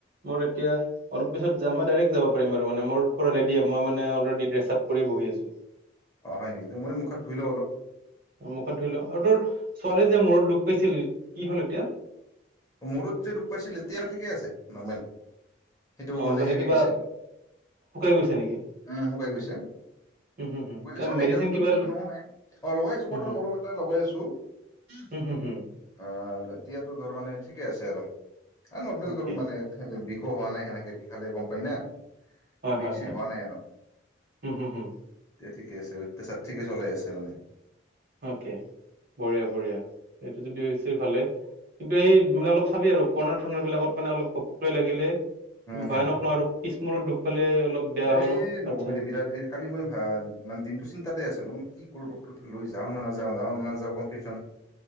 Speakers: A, on the right; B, on the left.
A: মোৰ এতিয়া অলপিছত যাম মই ডাইৰেক্ট যাব পাৰিম মানে মোৰ পোৰা ৰেডিয়ে মই মানে অলৰেডি ড্ৰেচাব কৰি বহি আছো।
B: অ হয় নেকি মই মুখত ধুই লওঁ অলপ
A: মুখত ধুই লওঁ আৰু তোৰ ছোৱালী যে মূৰত দুখ পাইছিল কি হল এতিয়া
B: মূৰত যে দূখ পাইছিল এতিয়া ঠিকেই আছে নৰ্মেল সেইটো
A: অ
B: মানে সে হৈ
A: কিবা
B: গৈছে
A: শুকাই গৈছে নেকি
B: উম শুকাই গৈছে শুকাই
A: হুম হুম হুম
B: গৈছে
A: কিবা
B: মানে
A: মেডিচিন
B: এক
A: কিবা
B: যেত
A: ল-
B: নহোমাই অ লগাই আছো
A: হুম
B: কট
A: হুম
B: মলম এটা লগাই আছো
A: হুম হুম হুম
B: আহ এতিয়াতো ধৰ মানে হৈছে আৰু আৰ্কনৰ্মেল
A: অ'কে
B: মানে হোৱা নাই সেনেকে বিশালে গম পায় না
A: হয়
B: বিস
A: হয়
B: চিস
A: হয়
B: হোৱো নাই আৰু।
A: হুম হুম হুম
B: ঠিকে আছে অত্যাচাৰ ঠিকে চলাই আছে মানে।
A: অকে বঢ়িয়া বঢ়িয়া সেইটো যদি হৈছে ভালে কিন্তু সেই মানে অলপ চাবি আৰু কৰ্ণাৰ থৰ্ণাৰ বিলাকত মানে অলপ ঘপকৈ লাগিলে
B: উম
A: ভয়ানক
B: হম
A: ন আৰু পিছ মোৰো একেই দুখ পালে অলপ বেয়া
B: এই
A: হয় ন
B: নকবিদে
A: আচ্ছা
B: বিৰাট সেই কালি মই ভাল মানে দিনটো চিন্তাতে আছো ন কি কৰি ডক্টৰ লৈ যাওঁ নাযাওঁ যাওঁ নাযাওঁ কনফিজন